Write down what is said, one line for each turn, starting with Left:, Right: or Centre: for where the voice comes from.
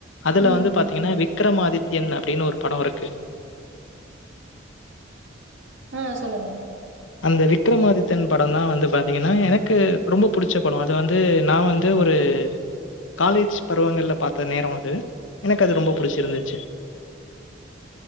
Left: அதுல
Right: ம்
Left: வந்து பாத்திங்ன்னா விக்ரம் ஆதித்யன் அப்டின்னு ஒரு படோ இருக்கு
Right: அ சொல்லுங்க
Left: அந்த விக்ரமாதித்தன் படதா வந்து பாத்திங்கன்னா எனக்கு ரொம்ப பிடிச்ச படோ அது வந்து நா வந்து இது ஒரு காலேஜ் பருவங்கள்ல பாத்த நேரோ அது எனக்கு அது ரொம்ப புடிச்சிருந்துச்சு